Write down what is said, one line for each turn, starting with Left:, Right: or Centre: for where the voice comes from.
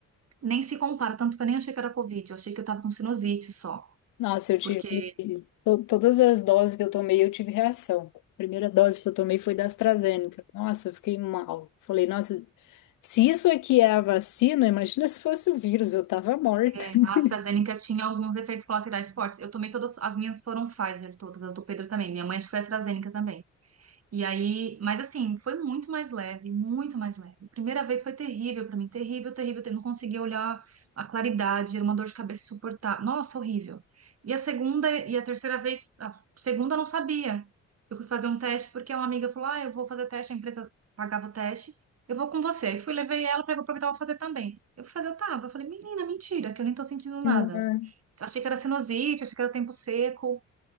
Right: Nem se compara, tanto que eu nem achei que era Covid, eu achei que eu tava com sinusite só.
Left: nossa, eu tive.
Right: Porque
Left: to- Todas as doses que eu tomei, eu tive reação. A primeira dose que eu tomei foi da AstraZeneca. Nossa, eu fiquei mal. Falei, nossa, se isso aqui é a vacina, imagina se fosse o vírus, eu tava morta.
Right: é,
Left: <laughs>
Right: a AstraZeneca tinha alguns efeitos colaterais fortes. Eu tomei todas, as minhas foram Pfizer, todas, as do Pedro também. Minha mãe acho que foi AstraZeneca também. E aí, mas assim, foi muito mais leve, muito mais leve. Primeira vez foi terrível pra mim, terrível, terrível, eu não conseguia olhar a claridade, era uma dor de cabeça suportável. Nossa, horrível. E a segunda e a terceira vez, a segunda eu não sabia. Eu fui fazer um teste porque uma amiga falou: "Ah, eu vou fazer teste, a empresa pagava o teste. Eu vou com você". Aí fui, levei ela, falei: "Vou aproveitar, vou fazer também". Eu fui fazer, eu tava, eu falei: "Menina, mentira, que eu nem tô sentindo nada".
Left: Não,
Right: Achei que era sinusite, achei que era tempo seco